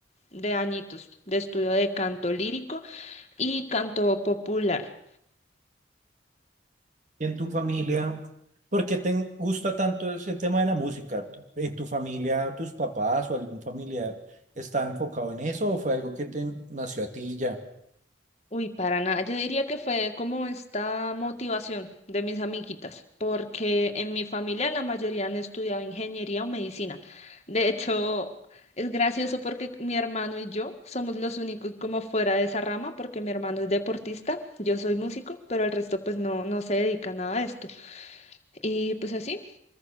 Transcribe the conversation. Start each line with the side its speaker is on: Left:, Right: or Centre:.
Left: de añitos de estudio de canto lírico y canto popular.
Right: ¿Y en tu familia? ¿Por qué te gusta tanto ese tema de la música? ¿En tu familia, tus papás o algún familiar está enfocado en eso o fue algo que te nació a ti y ya?
Left: Uy, para nada. Yo diría que fue como esta motivación de mis amiguitas, porque en mi familia la mayoría han estudiado ingeniería o medicina. De hecho, es gracioso porque mi hermano y yo somos los únicos como fuera de esa rama, porque mi hermano es deportista, yo soy músico, pero el resto pues no, no se dedica a nada a esto. Y pues así,